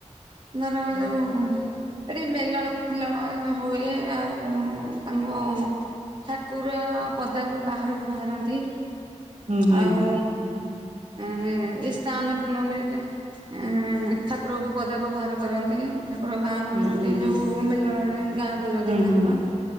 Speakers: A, on the right (about 40°); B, on the right (about 70°).
A: ଧର ଯଉ ଏଠି ମେଲଣ ଫେଲଣ ହୁଏ ଆଉ ତାଙ୍କ ଠାକୁର ପଦାକୁ ବାହାରକୁ ବାହାରନ୍ତି।
B: ହୁଁ ହୁଁ
A: ଆଉ ଏଇ ସ୍ନାନ ପୁନମିରେ ଏଁ ଠାକୁରଙ୍କୁ ପଦାକୁ ବାହାର କରନ୍ତି। ଠାକୁର ଗାଁ ବୁଲନ୍ତି
B: ହୁଁ ହୁଁ ହୁଁ।
A: ଯେଉଁ ମେଲଣରେ ଗାଁ ବୁଲନ୍ତି
B: ହୁଁ
A: ଠାକୁର।
B: ହୁଁ